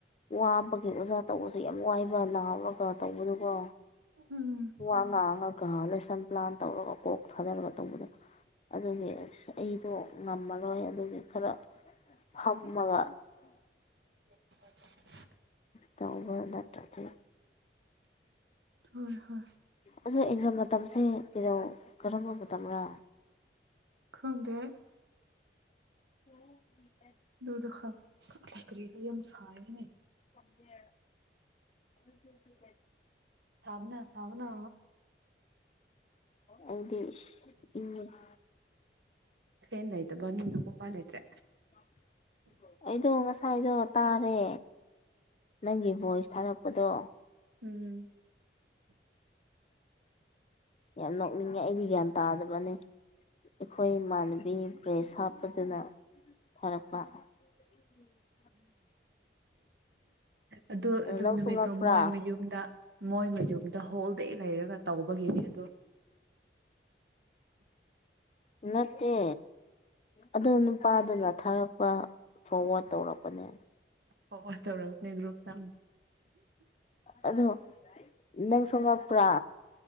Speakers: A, on the left (about 35°); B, on the right (about 85°).
A: ꯋꯥꯕꯒꯤ ꯑꯣꯖꯥ ꯇꯧꯕꯁꯨ ꯑꯗꯨ ꯌꯥꯝ ꯋꯥꯏꯕ ꯂꯥꯑ ꯑꯃꯒ ꯇꯧꯕꯗꯨꯒ
B: ꯎꯝ
A: ꯋꯥ ꯉꯥꯡꯉꯒ ꯂꯦꯁꯟ ꯄ꯭ꯂꯥꯟ ꯇꯧꯔꯒ ꯀꯣꯛ ꯊꯥꯗꯔꯒ ꯇꯧꯕꯗꯣ ꯑꯗꯨꯒꯤ ꯑꯁ ꯑꯩꯗꯣ ꯉꯝꯃꯔꯣꯏ ꯑꯗꯨꯒꯤ ꯈꯔ ꯐꯝꯃꯒ
B: <unintelligible>
A: ꯇꯕ ꯅꯠꯇ꯭ꯔꯥꯗꯤ
B: ꯍꯣꯏ ꯍꯣꯏ
A: ꯑꯗꯣ ꯑꯦꯛꯖꯥꯝ ꯃꯇꯝꯁꯦ ꯀꯩꯗꯧ ꯀꯔꯝꯕ ꯃꯇꯝꯔꯥ
B: ꯈꯪꯗꯦ
A: <inaudible>
B: ꯑꯗꯨꯗꯨꯈꯛ ꯀꯔꯤꯗꯨ ꯌꯥꯝ ꯁꯥꯥꯏꯕꯅꯦ
A: <unintelligible>
B: ꯁꯥꯕꯅꯥ ꯁꯥꯕꯅꯥ
A: ꯑꯩꯗꯤ ꯏꯪꯉ‌ꯦ
B: ꯐꯦꯟ ꯂꯩꯇꯕꯅꯤꯅꯀꯣ ꯎꯄꯥꯏ ꯂꯩꯇ꯭ꯔꯦ
A: <unintelligible> ꯑꯩꯗꯣ ꯉꯁꯥꯏꯗꯣ ꯇꯥꯔꯦ ꯅꯪꯒꯤ ꯚꯣꯏꯁ ꯊꯥꯔꯛꯄꯗꯣ
B: ꯎꯝ
A: ꯌꯥꯝ ꯅꯣꯛꯅꯤꯡꯉꯦ ꯑꯩꯗꯤ ꯒ꯭ꯌꯥꯟ ꯇꯥꯗꯕꯅꯦ ꯑꯩꯈꯣꯏ ꯏꯃꯥꯟꯅꯕꯤ ꯕ꯭ꯔꯦꯁ ꯍꯥꯞꯄꯗꯨꯅ ꯊꯥꯔꯛꯄ <unintelligible>
B: ꯑꯗꯨ ꯑꯗꯨ
A: ꯅꯪꯁꯨ
B: ꯅꯨꯃꯤꯠꯇꯣ
A: ꯉꯛꯄ꯭ꯔꯥ
B: ꯃꯣꯏ ꯃꯌꯨꯝꯗ ꯃꯣꯏ ꯃꯌꯨꯝꯗ ꯍꯣꯜꯗꯦ ꯂꯩꯔꯒ ꯇꯧꯕꯒꯤꯅꯤ ꯑꯗꯨ
A: ꯅꯠꯇꯦ ꯑꯗꯨ ꯅꯨꯄꯥꯗꯨꯅ ꯊꯥꯔꯛꯄ ꯐꯣꯔꯋꯥꯔꯗ ꯇꯧꯔꯛꯄꯅꯦ
B: ꯐꯣꯔꯋꯥꯔꯗ ꯇꯧꯔꯛꯄꯅꯦ ꯒ꯭ꯔꯨꯞꯇ ꯎꯝ
A: ꯑꯗꯣ ꯅꯪꯁꯨ ꯉꯛꯄ꯭ꯔꯥ